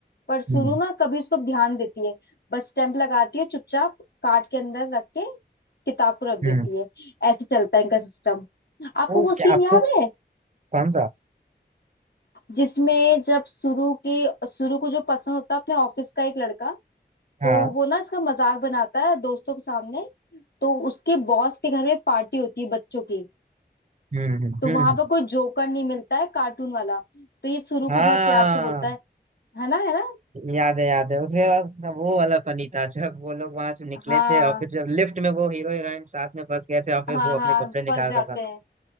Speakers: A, on the left (about 70°); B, on the right (about 45°).
A: पर सुरु
B: हम्म
A: ना कभी उसको ध्यान देती है बस स्टैंप लगाती है चुपचाप कार्ड के अंदर रख के किताब को रख
B: हम्म
A: देती है ऐसे चलता है इनका सिस्टम आपको
B: वो
A: वो सीन
B: क्या आपको
A: याद है
B: कौन सा
A: जिसमें जब सुरु के सुरु को जो पसंद होता है अपने ऑफिस का एक लड़का
B: हाँ
A: तो वो ना इसका मजाक बनाता है दोस्तों के सामने तो उसके बॉस के घर में पार्टी होती है बच्चों की
B: हम्म हम्म
A: तो
B: हम्म
A: वहां
B: हम्म,
A: पर कोई जोकर नहीं मिलता है कार्टून वाला तो ये सुरु
B: हाँ
A: को बहुत प्यार से बोलता है है ना है ना
B: याद है याद है उसमें अब वो वाला फनी था जब वो लोग वहां से निकले
A: हाँ
B: थे और फिर जब लिफ्ट में वो हीरो हीरोइन साथ में फंस गए थे और फिर
A: हाँ
B: वो
A: हाँ
B: अपने कपड़े
A: फंस
B: निकाल
A: जाते
B: रहा था
A: हैं